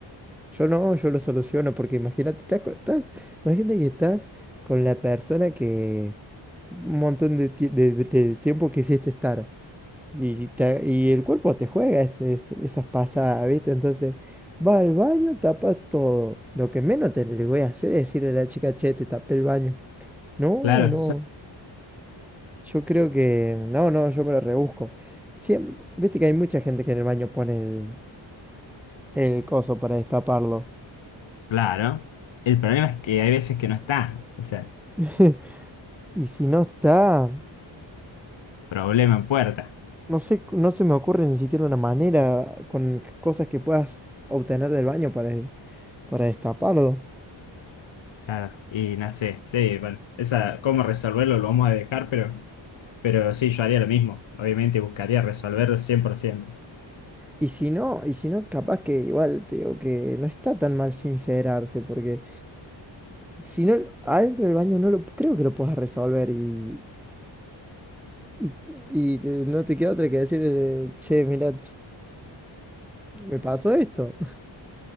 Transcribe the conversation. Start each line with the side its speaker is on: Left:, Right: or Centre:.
Centre: Yo no, yo lo soluciono, porque imagínate, te acu- estás, imagínate que estás con la persona que un montón de, ti- de- de tiempo quisiste estar. Y, te- y el cuerpo te juega ese- ese- esas pasadas, ¿viste? Entonces, va al baño, tapas todo. Lo que menos te le voy a hacer es decirle a la chica, che, te tapé el baño. No,
Left: Claro,
Centre: no. Yo creo que. No, no, yo me lo rebusco. Siempre, viste que hay mucha gente que en el baño pone el, el coso para destaparlo.
Left: <laughs> claro. El problema es que hay veces que no está. O sea,
Centre: <laughs> Y si no está,
Left: problema en puerta.
Centre: no sé, no se me ocurre ni siquiera una manera con c- cosas que puedas obtener del baño para, de- para destaparlo.
Left: Claro, y no sé, sí, bueno, esa, cómo resolverlo lo vamos a dejar, pero, pero sí, yo haría lo mismo. Obviamente buscaría resolverlo cien por ciento <laughs>
Centre: Y si no, y si no, capaz que igual te digo que no está tan mal sincerarse, porque si no, adentro del baño no lo creo que lo puedas resolver y, y, y te- no te queda otra que decirle, che, mira, me pasó esto. <laughs>